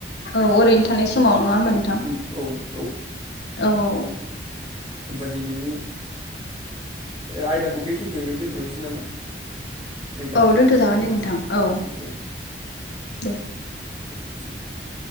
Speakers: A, on the left; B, on the right.
A: औ ओरैनो थानाय समाव नङा होमबा नोंथां?
B: उम औ औ।
A: औ औ।
B: होमबा दिनैनि आयदाखौ बेखिनियावनो दोन्थ'नोसै नामा? नोंथां
A: औ दोनथ'जागोन दे नोंथां औ
B: उम
A: दे।
B: एसेनोसै।